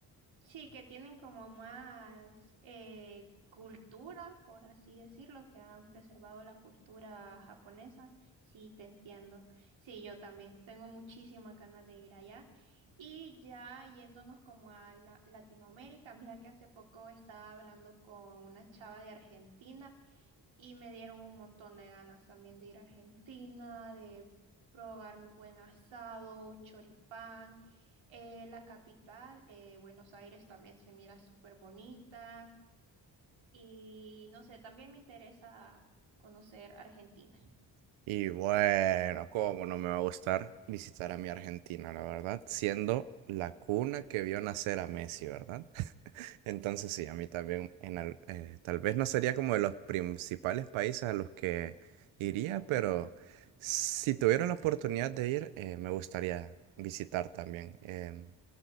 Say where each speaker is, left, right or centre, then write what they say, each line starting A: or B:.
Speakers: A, on the right; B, on the right.
A: Sí, que tienen como más eh, cultura, por así decirlo, que han preservado la cultura japonesa. Sí, te entiendo. Sí, yo también. Tengo muchísimas ganas de ir allá. Y ya yéndonos como a la- Latinoamérica, mira que hace poco estaba hablando con una chava de Argentina y me dieron un montón de ganas también de ir a Argentina, de probarme un buen asado, un choripán. Eh, la capital, eh, Buenos Aires, también se mira súper bonita. Y no sé, también me interesa conocer Argentina.
B: Y bueno, ¿cómo no me va a gustar visitar a mi Argentina, la verdad? Siendo la cuna que vio nacer a Messi, ¿verdad? <laughs> Entonces sí, a mí también, en al- eh, tal vez no sería como de los principales países a los que iría, pero si tuviera la oportunidad de ir, eh, me gustaría visitar también. Em,